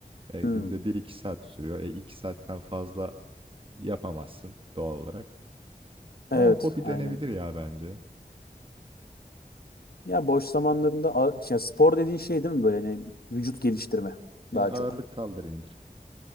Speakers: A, on the right; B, on the left.
A: E,
B: Hmm.
A: günde bir iki saat sürüyor. E, 2 saatten fazla yapamazsın doğal olarak.
B: Evet,
A: Ama hobi
B: aynen
A: denebilir ya bence.
B: Ya boş zamanlarında a- ya spor dediğin şey değil mi böyle hani vücut geliştirme
A: E,
B: daha
A: ağırlık
B: çok.
A: kaldır indir.